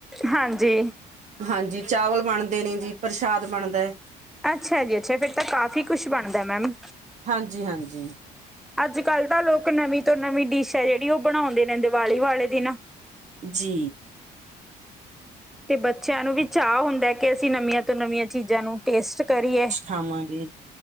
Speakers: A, in the centre; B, on the right (about 45°).
A: ਹਾਂਜੀ।
B: ਹਾਂਜੀ ਚਾਵਲ ਬਣਦੇ ਨੇ ਜੀ, ਪਰਸ਼ਾਦ ਬਣਦਾ ਐ।
A: ਅੱਛਾ ਜੀ ਅੱਛਾ, ਫੇਰ ਤਾਂ ਕਾਫੀ ਕੁਸ਼ ਬਨਦੈ ਮੈਮ।
B: ਹਾਂਜੀ ਹਾਂਜੀ
A: ਅੱਜ ਕੱਲ ਤਾਂ ਲੋਕ ਨਵੀਂ ਤੋਂ ਨਵੀਂ ਡਿਸ਼ ਏ ਜੇੜੀ ਉ ਬਣਾਉਂਦੇ ਨੇ ਦੀਵਾਲੀ ਵਾਲੇ ਦਿਨ।
B: ਜੀ।
A: ਤੇ ਬੱਚਿਆਂ ਨੂੰ ਵੀ ਚਾ ਹੁੰਦੈ ਕੇ ਅਸੀਂ ਨਵੀਆਂ ਤੋਂ ਨਵੀਆਂ ਚੀਜ਼ਾਂ ਨੂੰ ਟੇਸਟ ਕਰੀਏ।
B: ਖਵਾਂਗੇ।